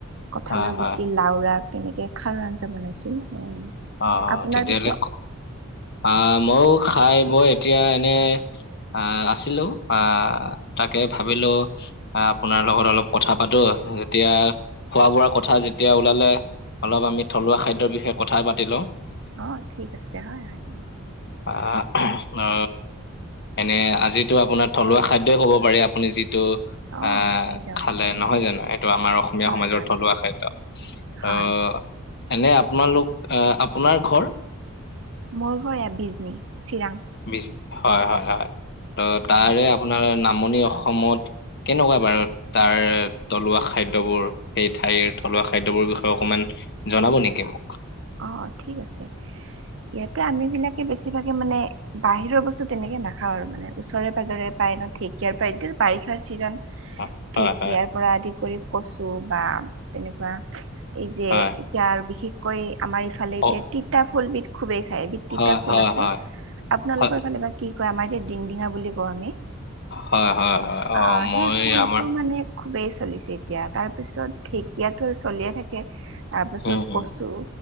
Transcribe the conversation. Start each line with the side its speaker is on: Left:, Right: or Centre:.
Right: কঁঠালৰ
Left: হয়, হয়।
Right: গুটি, লাওৰা তেনেকে খাৰৰ আঞ্জা বনাইছিল সেয়াই।
Left: অ অ
Right: আপোনাৰ
Left: তেতিয়াহ'লে
Right: পিছে
Left: আহ ময়ো খাই বৈ এতিয়া এনে আহ আছিলো আহ তাকে ভাবিলো এ আপোনাৰ লগত অলপ কথা পাতো যেতিয়া খোৱা বোৱাৰ কথা যেতিয়া ওলালে অলপ আমি থলুৱা খাদ্যৰ বিষয়ে কথায়ে পাতি লও
Right: অ ঠিক আছে হয় হয়
Left: আ অ এনে আজিতো আপোনাৰ থলুৱা খাদ্যই ক'ব পাৰি আপুনি যি টো
Right: অ
Left: আহ
Right: একদম
Left: খালে
Right: উম
Left: নহয় জানো এইটো আমাৰ অসমীয়া
Right: হয়
Left: সমাজৰ
Right: হয়
Left: থলুৱা খাদ্য
Right: হয়
Left: অ এনে আপোনালোক আহ আপোনাৰ ঘৰ
Right: মোৰ ঘৰ এয়া বিজনি চিৰাং
Left: বিচ হয় হয় হয় ত তাৰে
Right: অ
Left: আপোনাৰ নামনি অসমত কেনেকুৱা বাৰু তাৰ থলুৱা খাদ্যবোৰ সেই ঠাইৰ থলুৱা খাদ্যবোৰ বিষয়ে অকমান জনাব নিকি মোক
Right: অ ঠিক আছে ইয়াতে আমি বিলাকে বেছিভাগে মানে বাহিৰৰ বস্তু তেনেকে নাখাওঁ আৰু মানে ওচৰে পাজৰে পায় ন ঢেঁকীয়াৰ পা এতিয়া বাৰিষাৰ ছিজন
Left: হয়
Right: ঢেকীয়াৰ
Left: হয়
Right: পৰা আদি কৰি কচু বা তেনেকুৱা এই যে
Left: হয়
Right: এতিয়া আৰু বিশেষকৈ আমাৰ ইফালে এতিয়া
Left: অ
Right: তিতা ফুলবিধ খুবেই খায় বি তিতা
Left: হয়
Right: ফুল
Left: হয়
Right: আছে
Left: হয়
Right: আপোনালোকৰ
Left: হয়
Right: ফালে বা কি কয় আমাৰ এতিয়া ডিংডিঙা বুলি কওঁ আমি
Left: হয় হয় হয় অ
Right: আ
Left: মই
Right: সেই ফুলটো
Left: আমাৰ
Right: মানে খুবেই চলিছে এতিয়া তাৰ পিছত ঢেকীয়াটো চলিয়ে থাকে তাৰপিছত
Left: উম হম
Right: কচু